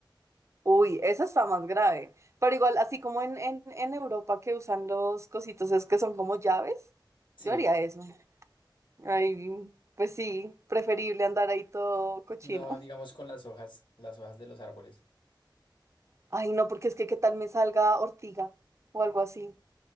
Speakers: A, on the right; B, on the left.
A: Uy, esa está más grave. Pero igual, así como en, en, en Europa que usan los cositos, es que son como llaves,
B: Sí,
A: yo haría eso. Ay, pues sí, preferible andar ahí todo cochino.
B: no, digamos con las hojas, las hojas de los árboles.
A: Ay, no, porque es que qué tal me salga ortiga o algo así.